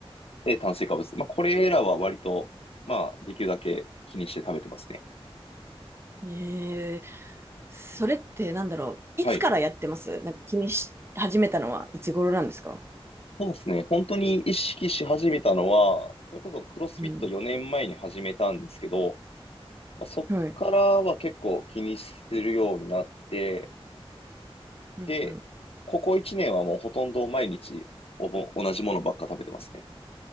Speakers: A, on the left; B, on the right.
A: で、炭水化物。まあ、これらは割と、まあ、できるだけ気にして食べてますね。
B: ん。えー、それってなんだろう。
A: はい。
B: いつからやってますなんか気にし始めたのはいつ頃なんですか
A: そうですね。本当に意識し始めたのは、それこそクロスフィット4年前に始めたんですけど、
B: うん。
A: まあ、そっからは結構気にするようになって、
B: はい。うんうん。
A: で、ここ1年はもうほとんど毎日おぼ同じものばっか食べてますね。